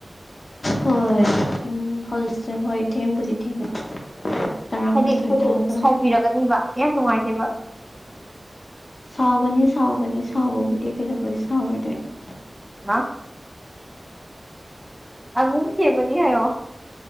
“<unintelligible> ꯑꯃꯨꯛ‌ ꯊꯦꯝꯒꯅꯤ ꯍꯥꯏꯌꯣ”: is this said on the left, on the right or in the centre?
Centre